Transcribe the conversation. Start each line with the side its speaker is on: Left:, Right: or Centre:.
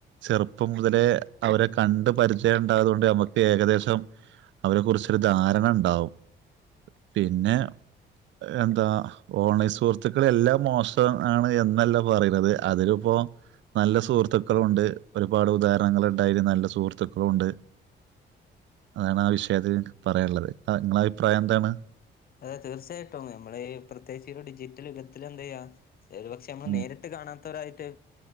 Right: ചെറുപ്പം മുതലേ അവരെ കണ്ട് പരിചയം ഉണ്ടായതുക കൊണ്ട് നമുക്ക് ഏകദേശം അവരെ കുറിച്ചൊരു ധാരണ ഉണ്ടാവും പിന്നെ എന്താ ഓൺലൈൻ സുഹൃത്തുക്കൾ എല്ലാം മോശം ആണ് എന്നല്ല പറയുന്നത് അതില ഇപ്പോ നല്ല സുഹൃത്തുക്കളുണ്ട് ഒരുപാട് ഉദാഹരണങ്ങുണ്ടായിന് നല്ല സുഹൃത്തുക്കളുണ്ട് അതാണ് ആ വിഷയത്തിൽക്ക് പറയാനുള്ളത് നിങ്ങള അഭിപ്രായം എന്താണ്
Left: അതെ തീർച്ചയായിട്ടും നമ്മെ ഈ പ്രത്യേകി ഒരു ഡിജിറ്റൽ യുഗത്തിൽ എന്ത് ചെയ്യാ ശരി പക്ഷെ നമ്മ
Right: ഉം
Left: നേരിട്ട് കാണാൻ ത്തായിട്ട്